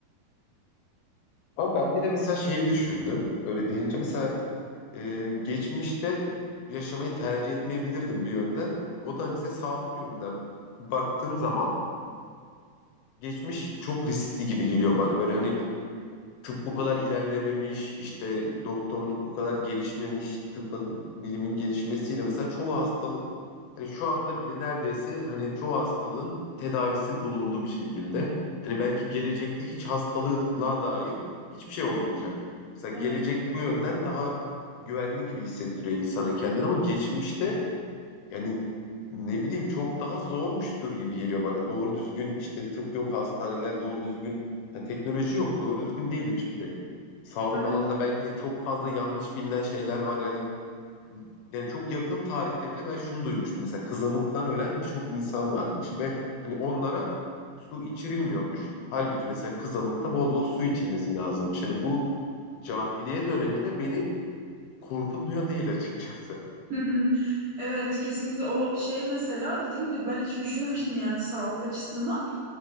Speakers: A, on the left (about 85°); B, on the right (about 50°).
A: Ama ben bir de mesela şeyi düşündüm. Öyle deyince mesela e, geçmişte yaşamayı tercih etmeyebilirdim bir yönden. O da mesela sağlık yönünden baktığım zaman geçmiş çok riskli gibi geliyor bana. Böyle hani tıp bu kadar ilerlememiş, işte doktorluk bu kadar gelişmemiş, tıpın, bilimin gelişmesiyle mesela çoğu hastalık hani şu anda bile neredeyse hani çoğu hastalığın tedavisi bulundu bir şekilde. Hani belki gelecekte hiç hastalığa dair hiçbir şey olmayacak. Mesela
B: Evet,
A: gelecek bu yönden daha güvenli gibi hissettiriyor insana kendini ama geçmişte yani ne bileyim çok daha zormuştur gibi geliyor bana. Doğru düzgün işte tıp yok, hastaneler doğru düzgün, yani teknoloji yok, doğru düzgün değil hiçbir şey. Sağlık
B: evet.
A: alanında belki de çok fazla yanlış bilinen şeyler var. Yani yani çok yakın tarihte bile ben şunu duymuştum. Mesela kızamıktan ölen birçok insan varmış ve hani onlara su içirilmiyormuş. Halbuki mesela kızamıkta bol bol su içilmesi lazımmış. Hani bu cahiliye dönemi de beni korkutmuyor değil açıkçası.
B: Hı hı. <laughs> Evet, kesinlikle o şey mesela dediğim gibi ben hiç düşünmemiştim yani sağlık açısından.